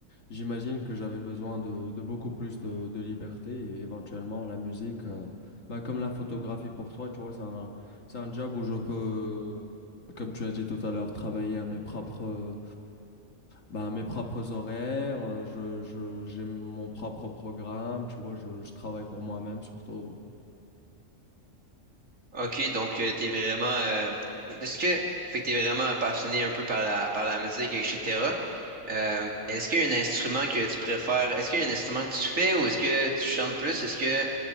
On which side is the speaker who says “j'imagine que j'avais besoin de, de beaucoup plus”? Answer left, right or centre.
Left